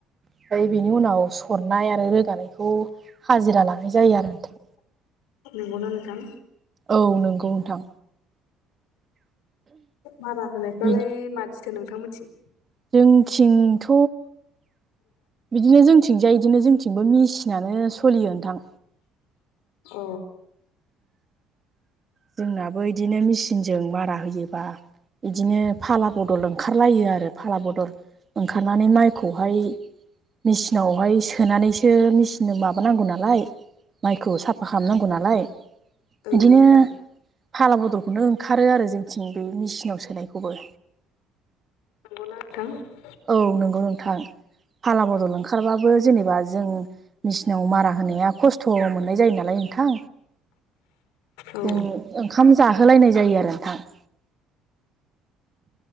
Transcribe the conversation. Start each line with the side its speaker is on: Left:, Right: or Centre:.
Right: फ्राय बेनि उनाव सरनाय आरो रोगानायखौ हाजिरा लानाय जायो आरो नोंथा।
Left: नंगौना नोंथां
Right: औ नंगौ नोंथां
Left: मारा होनायफ्रालाय
Right: बेनि
Left: मादिथो नोंथांमोनथिं
Right: जोंथिंथ' बिदिनो जोंथिं थिंजाय इदिनो जोंथिंबो मेसिनानो सोलियो नोंथां
Left: अ
Right: जोंनाबो इदिनो मेचिनजों मारा होयोबा इदिनो फाला बदल ओंखारलायो आरो फाला बदल ओंखारनानै माइखौहाय मेचिनावहाय सोनानैसो मेचिनजों माबानांगौ नालाय माइखौ साफा खालामनांगौ नालाय
Left: औ
Right: इदिनो
Left: औ नोंथां।
Right: फाला बदलखौनो ओंखारो आरो जोंथिं बे मिसिंनाव सोनायखौबो
Left: नोंगौना नोंथां
Right: औ नंगौ नोंथां फाला बदल ओंखारबाबो जेनेबा जों मेसिनाव मारा होनाया खस्थ' मोननाय जायो नालाय नोंथां
Left: औ
Right: जों ओंखाम जाहोलायनाय जायो आरो नोंथां <inaudible>